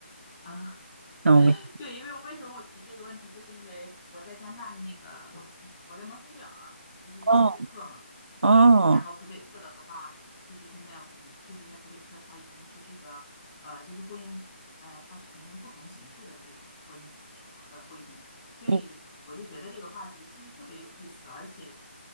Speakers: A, in the centre; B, on the right.
A: 啊，<laughs>
B: 那我们，
A: 对，因为为什么我提这个问题，就是因为我在加拿大的那个，我在蒙特利尔，我就是在魁北克嘛，
B: 哦哦，
A: 然后魁北克的话，就是现在我们就是在魁北克，它已经是这个呃，就是婚姻呃，它承认不同形式的这种婚姻形式呃婚姻，所以我就觉得这个话题其实特别有意思，
B: 你
A: 而且